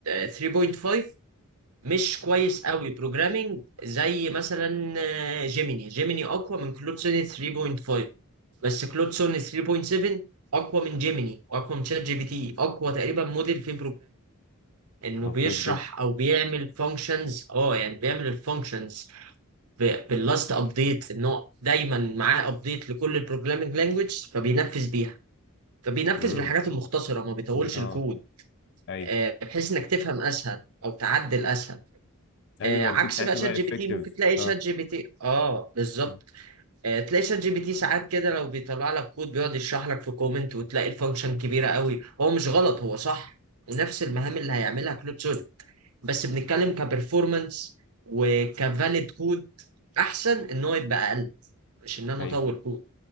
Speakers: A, on the right; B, on the left.
A: 3.5 مش كويس قوي بروجرامينج زي مثلا آه، جيميني جيميني اقوى من كلود سونيت 3.5 بس كلود سونيت 3.7 اقوى من جيميني اقوى من شات جي بي تي اقوى تقريبا موديل في انه
B: آه،
A: بيشرح
B: كويس جدا
A: او بيعمل فانكشنز اه يعني بيعمل الفانكشنز باللاست ابديت انه دايما معاه ابديت لكل البروجرامينج لانجويج فبينفذ بيها فبينفذ
B: امم
A: بالحاجات المختصره ما بيطولش
B: دي اه
A: الكود
B: ايوه
A: آه، بحيث انك تفهم اسهل او تعدل اسهل
B: ايوه
A: آه،
B: بيبقى
A: عكس
B: الكود ساعتها
A: بقى شات
B: بقى
A: جي
B: افكتيف
A: بي تي ممكن تلاقي
B: اه
A: شات جي بي تي اه بالظبط
B: مم.
A: آه، تلاقي شات جي بي تي ساعات كده لو بيطلع لك كود بيقعد يشرح لك في كومنت وتلاقي الفانكشن كبيره قوي هو مش غلط هو صح ونفس المهام اللي هيعملها كلود بس بنتكلم كبرفورمانس وكفاليد كود احسن ان هو يبقى اقل مش ان انا
B: ايوه
A: اطور كود